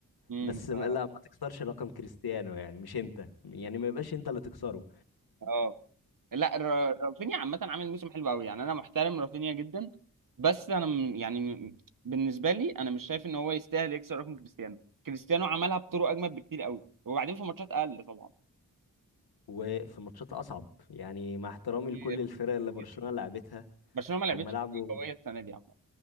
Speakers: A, on the right; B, on the left.
A: امم
B: بس
A: ف
B: م- لا ما تكسرش رقم كريستيانو يعني مش انت يعني ما يبقاش انت اللي تكسره
A: اه لا ر- رافينيا عامة عامل موسم حلو قوي يعني انا محترم رافينيا جدا بس انا م- يعني م- بالنسبة لي انا مش شايف ان هو يستاهل يكسر رقم كريستيانو كريستيانو عملها بطرق اجمد بكتير قوي وبعدين في ماتشات اقل طبعا
B: وفي ماتشات اصعب يعني مع احترامي
A: كتير
B: لكل الفرق اللي برشلونه
A: كتير.
B: لعبتها
A: برشلونة ما
B: هم
A: لعبتش
B: لعبوا
A: كتير قوية السنة دي عامة